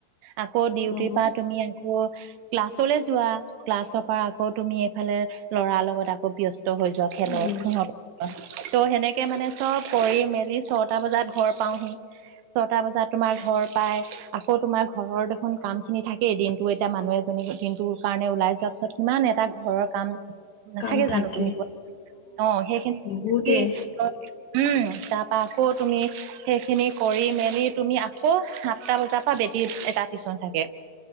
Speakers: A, on the right; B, on the left.
A: আকৌ ডিউটিৰ
B: অ',
A: পৰা তুমি ক্লাছলৈ যোৱা ক্লাছৰপা আকৌ তুমি এইফালে লৰাৰ লগত আকৌ ব্যস্ত। হৈ যোৱা খেলত
B: উম,
A: স ত' সেনেকে মানে চব কৰি মেলি ছটা বজাত ঘৰ পাওহি ছটা বজাত তোমাৰ ঘৰ পাই আকৌ তোমাৰ ঘৰৰ দেখোন কাম খিনি থাকেই দিনটো এতিয়া মানু মানুহ এজনী দিনটো কাৰণে ওলাই যোৱা পিছত কিমান এটা ঘৰৰ কাম নাথাকে
B: কাম থাকে।
A: জানো তুমি কোৱা অ সেইখিনি
B: বহুতে
A: উম তাৰ পৰা আকৌ তুমি সেই খিনি কৰি মেলি তুমি আকৌ সাতটা বজাৰ পৰা বেটি এটা টিউশচন থাকে।